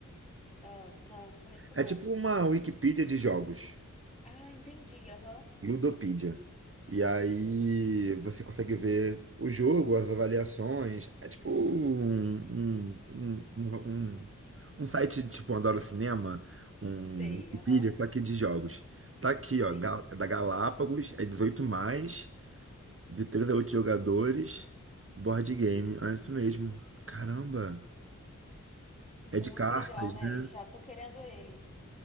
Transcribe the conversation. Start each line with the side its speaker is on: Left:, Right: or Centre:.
Left: Ah, não, não conheço,
Right: É
Left: não.
Right: tipo uma Wikipedia de jogos,
Left: Ah, entendi, aham.
Right: Ludopedia. E aí você consegue ver o jogo, as avaliações. É tipo um, um, um, um, um um site tipo Adoro Cinema, um
Left: Sei,
Right: Wikipedia,
Left: aham.
Right: só que de jogos. Tá aqui,
Left: Sim,
Right: ó, Ga- é da Galápagos, é 18 mais, de 3 a 8 jogadores, board game. É isso mesmo. Caramba.
Left: muito
Right: É de cartas,
Left: legal, né?
Right: né?
Left: Eu já tô querendo ele.